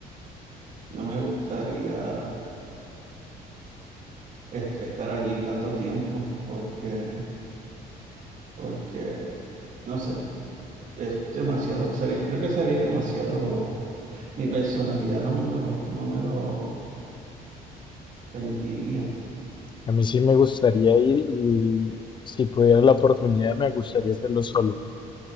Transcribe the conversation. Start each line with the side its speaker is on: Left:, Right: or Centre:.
Right: no me gustaría est- estar allí tanto tiempo, porque, porque, no sé, es demasiado, sería- creo que sería demasiado, mi personalidad no me lo, no me lo permitiría.
Left: A mí sí me gustaría ir y si pudiera la oportunidad me gustaría hacerlo solo.